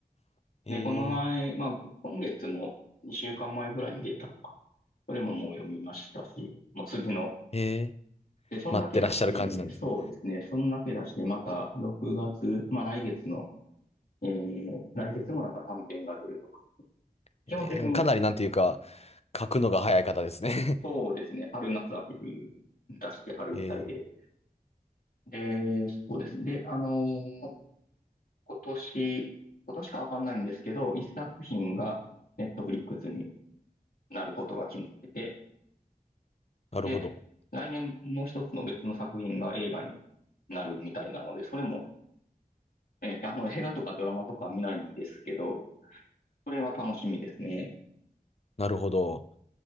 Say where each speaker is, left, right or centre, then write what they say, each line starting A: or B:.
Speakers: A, on the left; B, on the left.
A: <laughs> えー、
B: で、この前、まあ、今月も2週間前ぐらいに出たのか。それももう読みましたし、もう次の。
A: えー、
B: で、そんだけ出して、
A: 待ってらっしゃる感じなんですね。
B: そうですね。そんだけ出して、また6月、まあ来月の、えー、来月もなんか短編が出るとか。基本的に、
A: えー、かなりなんていうか、書くのが早い方ですね。
B: そうですね。春、夏、秋、冬出して、春に対で
A: <laughs> え
B: で、そうですね。で、あのー今年、今年かわかんないんですけど、一作品がネットフリックスになることが決まってて、
A: ー、なるほど。
B: で、来年もう一つの別の作品が映画になるみたいなので、それも、えーあの、映画とかドラマとかは見ないんですけど、それは楽しみですね。
A: なるほど。